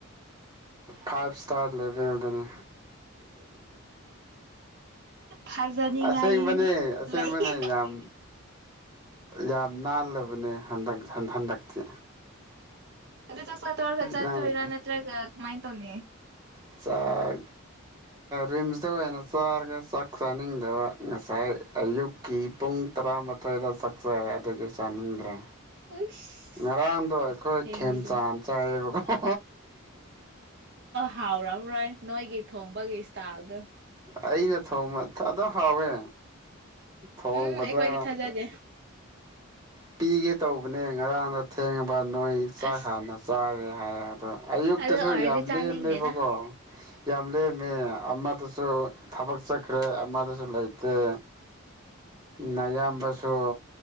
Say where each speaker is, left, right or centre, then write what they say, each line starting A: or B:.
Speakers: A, on the right; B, on the right.
A: ꯐꯥꯏꯚ ꯏꯁꯇꯥꯔ ꯂꯦꯚꯦꯜꯗꯅꯤ
B: ꯐꯖꯅꯤꯡꯉꯥꯏ
A: ꯑꯁꯦꯡꯕꯅꯦ ꯑꯁꯦꯡꯕꯅꯦ
B: ꯂꯩꯌꯦ
A: ꯌꯥꯝ ꯌꯥꯝ ꯅꯥꯜꯂꯕꯅꯦ ꯍꯟꯗꯛ ꯍꯟꯗꯛꯇꯤ
B: ꯑꯗꯨ ꯆꯥꯛ ꯇꯣꯛꯑꯒ ꯆꯣꯏꯇꯣꯏꯔꯣ
A: ꯅꯪ
B: ꯅꯠꯇ꯭ꯔꯒ ꯃꯥꯏ ꯇꯅꯤ
A: ꯥꯆꯥꯛ ꯔꯤꯝꯁꯇ ꯑꯣꯏꯅ ꯆꯥꯔꯒ ꯆꯥꯛ ꯆꯥꯅꯤꯡꯗꯕ ꯉꯁꯥꯏ ꯑꯌꯨꯛꯀꯤ ꯄꯨꯡ ꯇꯔꯥꯃꯥꯊꯣꯏꯗ ꯆꯥꯛ ꯆꯥꯏ ꯑꯗꯨꯒꯤ ꯆꯥꯅꯤꯡꯗ꯭ꯔꯦ
B: ꯑꯩꯁ
A: ꯉꯔꯥꯡꯗꯣ ꯑꯩꯈꯣꯏ
B: ꯑꯁꯨꯛ ꯊꯦꯡꯕꯗꯨ
A: ꯈꯦꯝꯆꯥꯟ ꯆꯥꯏꯌꯦꯕꯀꯣ
B: ꯍꯥꯎ ꯔꯝ ꯔꯣꯏ ꯅꯣꯏꯒꯤ ꯊꯣꯡꯕꯒꯤ ꯏꯁꯇ꯭ꯌꯜ ꯗꯣ
A: ꯑꯩꯅ ꯊꯣꯡꯕ ꯑꯗꯣ ꯍꯥꯎꯋꯦ ꯊꯣꯡꯕꯗ
B: ꯎꯝ ꯑꯩꯈꯣꯏꯗꯤ ꯊꯥꯖꯗꯦ
A: ꯄꯤꯒꯦ ꯇꯧꯕꯅꯦ ꯉꯔꯥꯡꯗ ꯊꯦꯡꯉꯕ ꯅꯣꯏ ꯆꯥꯛ
B: ꯑꯁ
A: ꯍꯥꯟꯅ ꯆꯥꯔꯦ ꯍꯥꯏ ꯑꯗꯣ ꯑꯌꯨꯛꯇꯁꯨ
B: ꯑꯗꯨ ꯑꯣꯏꯔꯗꯤ
A: ꯌꯥꯝ
B: ꯆꯥꯅꯤꯡꯗꯦꯗ
A: ꯂꯦꯝꯃꯦꯕꯀꯣ ꯌꯥꯝ ꯂꯦꯝꯃꯦ ꯑꯃꯗꯁꯨ ꯊꯕꯛ ꯆꯠꯈ꯭ꯔꯦ ꯑꯃꯗꯁꯨ ꯂꯩꯇꯦ ꯅꯌꯥꯝꯕꯁꯨ